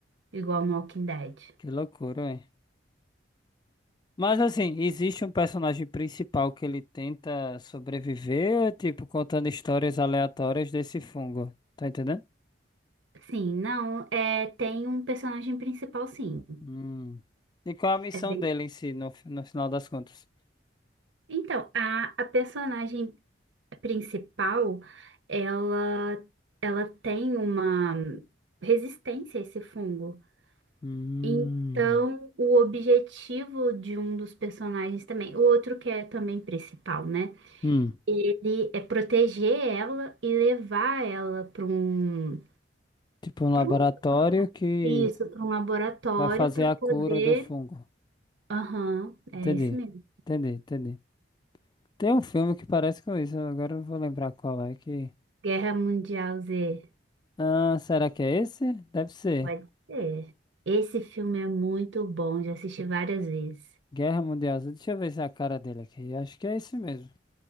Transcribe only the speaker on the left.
Que loucura, é. Mas assim, existe um personagem principal que ele tenta sobreviver, tipo, contando histórias aleatórias desse fungo. Tá entendendo?
Hum. E qual é a missão
dele em si, no, fi- no final das contas?
Hum.
Hum.
Tipo um laboratório
que
vai fazer
a cura
do fungo.
Entendi.
Entendi, entendi. Tem um filme que parece com isso, agora eu não vou lembrar qual é que.
Ah, será que é esse? Deve ser.
Guerra Mundial Z. Deixa eu ver se é a cara dele aqui. Acho que é esse mesmo.